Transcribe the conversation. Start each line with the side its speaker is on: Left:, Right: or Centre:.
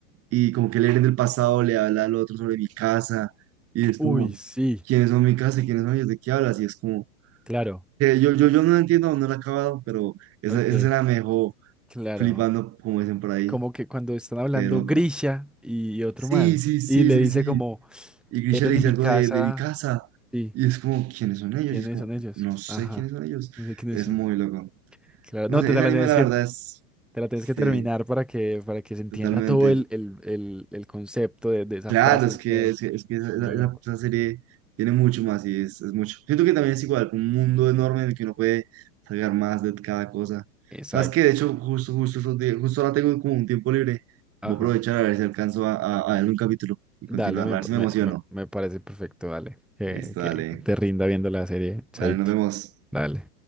Right: y como que el Eren del pasado le habla al otro sobre mi casa y es
Centre: Uy,
Right: como,
Centre: sí,
Right: ¿quiénes son mi casa y quiénes son ellos? ¿De qué hablas? Y es como,
Centre: claro.
Right: que yo, yo, yo no lo entiendo, aún no lo he acabado, pero esa,
Centre: Ok,
Right: esa escena me dejó
Centre: claro.
Right: flipando, como dicen por ahí,
Centre: Como que cuando están hablando
Right: qué loco.
Centre: Grisha y otro
Right: Sí,
Centre: man,
Right: sí, sí,
Centre: y le
Right: sí,
Centre: dice
Right: sí.
Centre: como,
Right: Y Grisha
Centre: eran
Right: le dice
Centre: en mi
Right: algo
Centre: casa.
Right: de, de mi casa.
Centre: Sí,
Right: Y es como, ¿quiénes son ellos?
Centre: ¿quiénes
Right: Y es como,
Centre: son ellos?
Right: no sé
Centre: Ajá,
Right: quiénes son ellos.
Centre: no sé quiénes
Right: Es
Centre: son.
Right: muy loco.
Centre: Claro,
Right: No
Centre: no,
Right: sé,
Centre: te, te
Right: ese
Centre: la
Right: anime
Centre: tienes
Right: la
Centre: que,
Right: verdad es,
Centre: te la tienes que
Right: sí,
Centre: terminar para que, para que se entienda
Right: totalmente.
Centre: todo el, el, el, el concepto de, de esa
Right: Claro,
Centre: frase
Right: es
Centre: y
Right: que,
Centre: todo.
Right: es que, es que esa, esa-
Centre: Muy loco.
Right: esa serie tiene mucho más y es, es mucho. Siento que también es igual, un mundo enorme en el que uno puede sacar más de cada cosa.
Centre: Exacto,
Right: Sabes que de hecho, justo, justo, esos días- justo ahora tengo como un tiempo libre.
Centre: ajá.
Right: Voy a aprovechar a ver si alcanzo a, a, a ver un capítulo y
Centre: Dale,
Right: continuarla,
Centre: me,
Right: a ver si
Centre: me,
Right: me emociono.
Centre: me- me parece perfecto, dale. Que,
Right: Listo,
Centre: que
Right: dale.
Centre: te rinda viendo la serie, Chaito.
Right: Dale, nos vemos.
Centre: Dale.